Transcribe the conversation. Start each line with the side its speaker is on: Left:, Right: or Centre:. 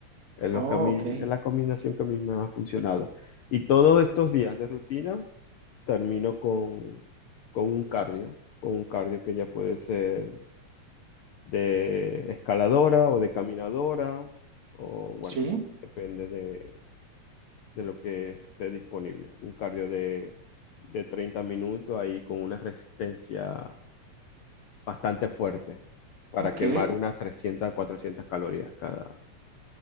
Left: Es lo
Right: Oh,
Left: que a mí,
Right: ok,
Left: es la combinación que a mí me ha funcionado. Y todos estos días de rutina termino con, con un cardio, con un cardio que ya puede ser de escaladora o de caminadora, o bueno,
Right: sí,
Left: depende de, de lo que esté disponible. Un cardio de, de 30 minutos ahí con una resistencia bastante fuerte para
Right: ok,
Left: quemar unas 300 400 calorías cada,